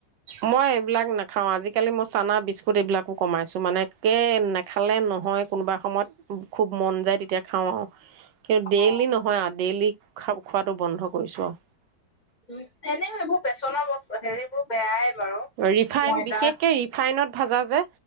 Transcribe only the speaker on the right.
মই এইবিলাক নাখাওঁ আজিকালি মই চানা বিস্কুট এইবিলাকো কমাইছোঁ মানে একে নেখালে নহয় কোনোবা সময়ত খুব মন যায় তেতিয়া খাও আ ই ডেইলি
নহয় আৰু ডেইলী খা খোৱাতটো বন্ধ কৰিছো আৰু
ৰিফাইন
বিশেষকে ৰিফাইনত ভাজা যে